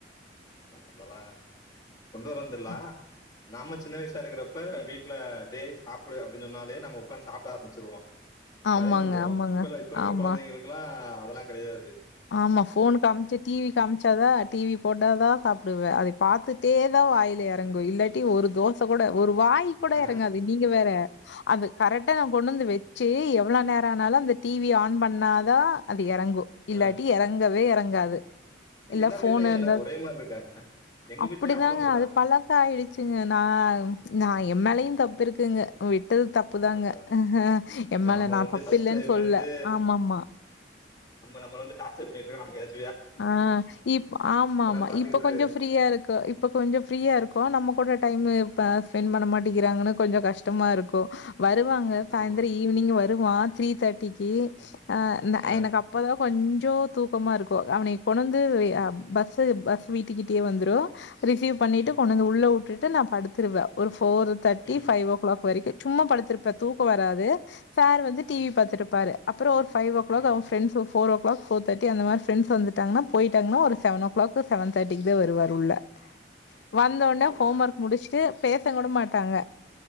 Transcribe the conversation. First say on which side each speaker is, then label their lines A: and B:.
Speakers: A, on the left (about 20°); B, on the left (about 75°).
A: மொத்ததுல கொண்டு வரானு தெர்ல
B: அ
A: நாம சின்ன வயசா இருக்குறப்ப வீட்ல டேய் சாப்புடு அப்டின்னு சொன்னாலே நம்ம உக்காந்து சாப்ட ஆரம்பிச்சிருவோ.
B: ஆமாங்க,
A: பயந்துக்குவோ.
B: ஆமாங்க.
A: இப்பலா இப்ப இருக்குற
B: ஆமா,
A: கொழந்தைங்களுக்கலா அதெல்லா கெடையாது
B: ஆமா ஃபோன் காமிச்சு டிவி காமிச்சாதா டிவி போட்டாதா சாப்புடுவே அதை பாத்து டே தா
A: அ
B: வாயில எறங்கு இல்லா டி ஒரு தோசை
A: அ
B: கூட
A: அ
B: ஒரு வாய் கூட
A: ஆ
B: எறங்காது நீங்க வேற அது கரெக்டா நா கொண்டு வந்து வை ச்சு எவ்ளோ நேரம் ஆனாலு அந்த டிவி ஆன் பண்ணாதா அது எறங்கு இல்லாட்டி
A: அ
B: எறங்கவே எறங்காது இல்ல
A: எல்லார்
B: ஃபோன்
A: வீட்ல ஏன்
B: இருந்தா
A: எல்லாரும் ஒரே மாரி இருக்காங்க? எங்க
B: அப்டிதாங்க
A: வீட்ல அவனும் அப்படிதான்.
B: அது பழக்கம் ஆயிடுச்சுங்க நா நா எம்மேலையு தப்பு இருக்குங்க விட் ட்டது தப்புதாங்க
A: அதுதான் அதான்.
B: ஆ எம்மேல
A: இந்த நம்ம
B: நா
A: வந்து
B: தப்பு
A: ஃபர்ஸ்ட்
B: இல்லன்னு
A: டைம்
B: சொல்லல
A: வந்து
B: ஆமாமா
A: நம்ம நம்மள வந்து டார்ச்சர் பண்ணிட்டு இருக்கா நமக்கு ஏதாச்சு
B: ஆ இப் ஆமா ஆமா
A: நேரம் பார்த்துக்கிட்டு
B: இப்ப கொஞ்சோ
A: இரு.
B: ஃப்ரீயா இருக்கு இப்ப கொஞ்சோ ஃப்ரீயா இருக்கும் நம்ம கூட டைமு இப்ப ஸ்பெண்ட் பண்ண மாட்டேங்கிறாங்கன்னு கொஞ்சோ கஷ்டமா இருக்கு வருவாங்க சாயந்தர
A: ஆமா.
B: ஈவினிங் வ ருவா த்ரீ தேர்ட்டி க்கி
A: ம்.
B: ஆ
A: ஆ.
B: எனக்கு அப்பதா கொஞ்சோ தூக்கமா இருக் கு அவனே கொண்டு வந்து
A: ம்.
B: அ பஸ்ஸு பஸ் வீட்டுக்கிட்டயே வந்துரு ரிசீவ் பண்ணிட்டு
A: ம்.
B: கொண்டு வந்து உள்ள உட்டுட் டு நா படுத்துருவே ஒரு ஃபோரு தர்ட்டி
A: ம்.
B: ஃபைவ் ஒ க்ளாக் வரைக்கு சும்மா படுத்திருப்பே தூக்கம் வராது சார் வந்து டி
A: ம்.
B: வி பாத்துட்டுப்பாரு அப்புறோ ஒரு ஃபைவ் ஒ க்ளாக்
A: ம்.
B: அவன் friends four o'clock four thirty அந்த மாரி ஃபிரெண்ட்ஸ் வந்துட்டாங்கன்னா போயிட்டாங்கன்னா ஒரு செவன் ஓ கிளாக் செவன் தேர்டிக்கு தா வருவாரு உள்ள வந்தொடனே
A: அப்படியா?
B: ஹோம் ஒர்க் முடிச்சுட்டு பேச கூட மாட்டாங்க